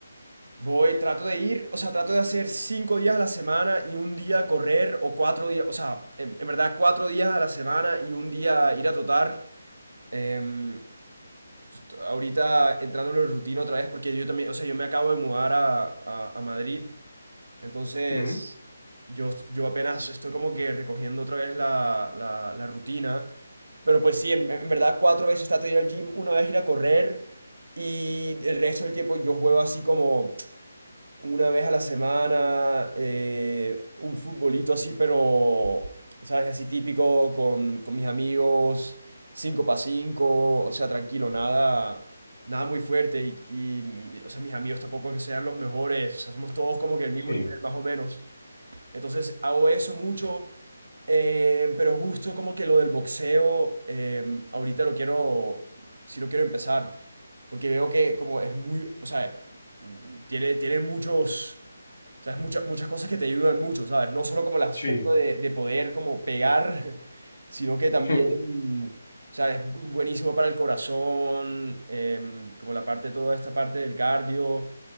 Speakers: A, on the right; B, on the left.
A: voy, trato de ir, o sea, trato de hacer cinco días a la semana y un día correr o cuatro días, o sea, en, en verdad cuatro días a la semana y un día ir a trotar. Em, t- ahorita entrando en la rutina otra vez porque yo también, o sea, yo me acabo de mudar a, a- a Madrid entonces,
B: Ujú,
A: yo, yo apenas estoy como que recogiendo otra vez la, la- la rutina. Pero pues sí, en, en verdad cuatro veces trato de ir al gym, una vez ir a correr y el resto del tiempo yo juego así como una vez a la semana, eh, un futbolito así, pero, ¿sabes? Así típico con, con mis amigos, 5 para 5 o sea, tranquilo, nada, nada muy fuerte. Y, y, o sea, mis amigos tampoco que sean los mejores, o sea, somos todos como que el mismo
B: Sí,
A: nivel, más o menos. Entonces hago eso mucho, eh, pero justo como que lo del boxeo, eh, ahorita lo quiero, sí lo quiero empezar, porque veo que como es muy, o sea, tiene, tiene muchos, ¿sabes? Mucha- muchas cosas que te ayudan mucho, ¿sabes? No solo como el aspecto
B: sí.
A: de, de poder como pegar, <laughs> sino que también,
B: <laughs>
A: o sea, es bu- buenísimo para el corazón, em, como la parte, toda esta parte del cardio. O